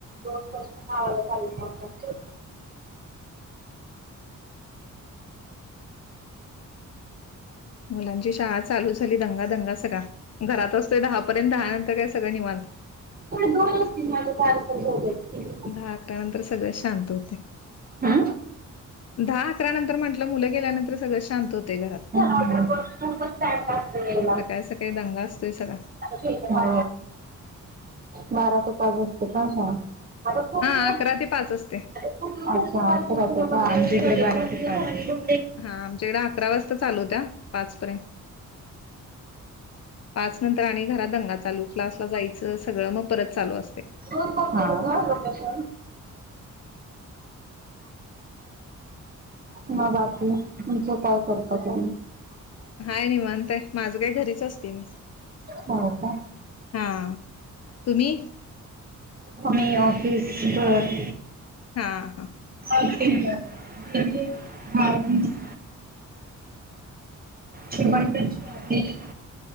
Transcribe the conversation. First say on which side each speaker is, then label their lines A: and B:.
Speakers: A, on the right (about 30°); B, on the left (about 50°).
A: दोन तर् खवायला चालू. <unintelligible>
B: मुलांची शाळा चालू झाली दंगा दंगा सगळा घरात असतोय दहापर्यंत दहा नंतर काय सगळं निवांत.
A: दोती ना. <unintelligible>
B: दहा अकरा नंतर सगळे शांत होते.
A: आ.
B: दहा अकरा नंतर म्हटलं मुलं गेल्यानंतर सगळें शांत होते घरात.
A: ऑर्डर करून पण टाइम लागतो यायला
B: सकाळी सकाळी दंगा असतोय सगळा.
A: अ बारा ते पाच वाजते का सांग. आता पू
B: हा
A: दि.
B: अकरा ते पाच असते
A: अच्छा आ राहतो का आमकडे बार का.
B: हा आमच्याकडे अकरा वाजता चालू होत्या पाचपर्यंत. पाच नंतर आणि घरात दंगा चालू क्लासला जायचं सगळं मग परत चालू असते.
A: हा. करतेस. मग. तुमचं काय करतात.
B: हाय निवांत आहे माझं काय घरीच असते मी
A: हो का.
B: हा तुम्ही.
A: आम्ही ऑफिस भर.
B: हा हा
A: <unintelligible> <unintelligible> श्रीमंत <unintelligible>